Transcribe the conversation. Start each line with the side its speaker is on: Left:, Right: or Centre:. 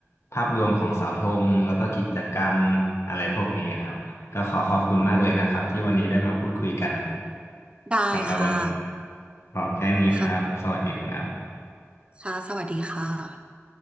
Left: ภาพรวมของเสาธงแล้วก็กิจกรรมอะไรพวกนี้ครับก็ขอขอบคุณมากเลยนะครับที่วันนี้ได้มาพูดคุยกัน
Right: ได้ค่ะ
Left: สำหรับวันนี้ครับขอแค่นี้ครับสวัสดีครับ
Right: ค่ะค่ะสวัสดีค่ะ